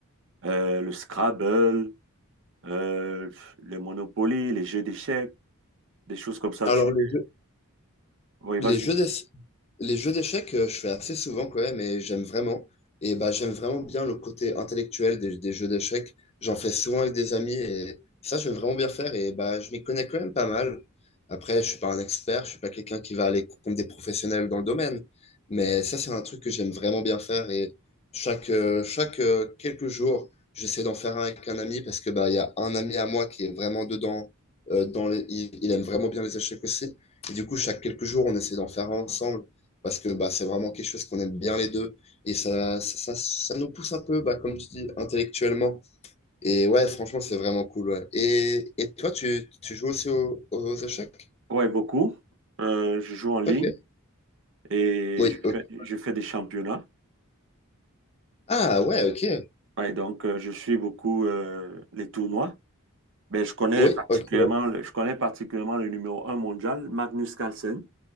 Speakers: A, on the right; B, on the left.
A: euh, le Scrabble, euh, les Monopoly, les jeux d'échecs, des choses comme ça.
B: Alors,
A: Tu...
B: les
A: Oui, vas-y.
B: Les jeux d'ess- les jeux d'échecs, euh, je fais assez souvent quand même et j'aime vraiment. Et bah, j'aime vraiment bien le côté intellectuel des, des jeux d'échecs. J'en fais souvent avec des amis et ça, j'aime vraiment bien faire. Et bah, je m'y connais quand même pas mal. Après, je suis pas un expert, je suis pas quelqu'un qui va aller contre des professionnels dans le domaine. Mais ça, c'est un truc que j'aime vraiment bien faire. Et chaque, euh, chaque euh, quelques jours, j'essaie d'en faire un avec un ami parce que bah, il y a un ami à moi qui est vraiment dedans. euh, dans les- il il aime vraiment bien les échecs aussi. Et du coup, chaque quelques jours, on essaie d'en faire un ensemble parce que bah, c'est vraiment quelque chose qu'on aime bien les deux. Et ça, ça, ça, ça nous pousse un peu, bah, comme tu dis, intellectuellement. Et ouais, franchement, c'est vraiment cool. ouais. Et, et toi, tu, tu joues aussi au- aux échecs?
A: Ouais, beaucoup. Euh, je joue en ligne
B: Ok.
A: et
B: Oui,
A: je
B: ok.
A: fais, je fais des championnats.
B: Ah ouais, ok.
A: Ouais, donc euh, je suis beaucoup euh, les tournois. Mais je connais
B: Oui,
A: particulièrement
B: ok, ouais.
A: le, je connais particulièrement le numéro un mondial, Magnus Carlsen.